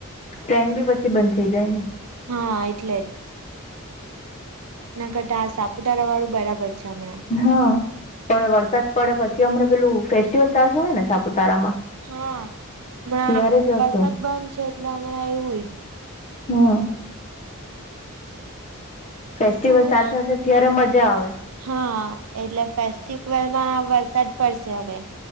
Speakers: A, on the left; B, on the right.
A: ટ્રેન બી પછી બંધ થઈ જાય ને
B: હા એટલે જ ના કરતા હા સાપુતારા વાળું બરાબર છે હમણાં
A: હા વરસાદ પડે પછી હમણા પેલું ફેસ્ટિવલ ચાલતુ હોય ને સાપુતારામાં?
B: હા હમણાં
A: ત્યારે જશુ
B: વરસાદ બંધ છે એટલે હમણાં એવુંય
A: હમ ફેસ્ટિવલ
B: શું
A: ચાલતો હશે ત્યારે મજા આવે
B: હા એટલે ફેસ્ટિવલમાં વરસાદ પડશે હવે